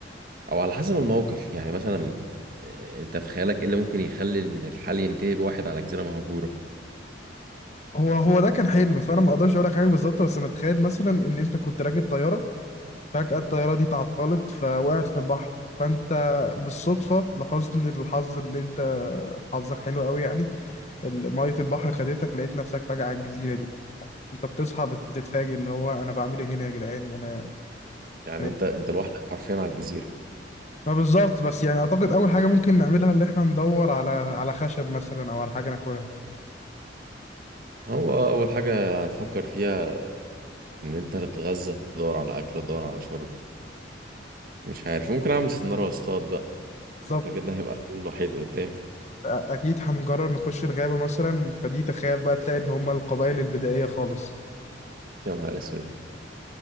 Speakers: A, on the right; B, on the left.
A: او على حسب الموقف يعني مثلا آه، انت في خيالك ايه اللي ممكن يخلي إن الحال ينتهي بواحد على جزيره مهجوره
B: هو هو ده كان حلم فانا ما اقدرش اقول لك حاجة بالظبط بس انا اتخيل مثلا ان انت كنت راكب طيارة فجأة الطيارة دي تعطلت فوقعت في البحر فانت بالصدفة لحسن الحظ اللي انت حظك حلو قوي يعني ال- مية البحر خدتك لقيت نفسك فجأة على الجزيرة دي انت بتصحى بت- بتتفاجئ اللي هو انا بعمل ايه هنا يا جدعان انا
A: يعني
B: انا
A: انت انت لوحدك حرفيا على الجزيره
B: ما بالظبط بس يعني اعتقد اول حاجة ممكن نعملها اللي احنا ندور على على خشب مثلا او على حاجة ناكلها
A: هو اول حاجه هتفكر فيها ان انت تتغذى تدور على اكل تدور على شرب مش عارف ممكن اعمل سنارة واصطاد بقى
B: بالظبط
A: اعتقد ده هيبقى الحل الوحيد قدامي
B: أ- اكيد هنقرر نخش الغابة مثلا فدي تخيل بقى تلاقي ان هم القبائل البدائية خالص
A: يا نهار اسود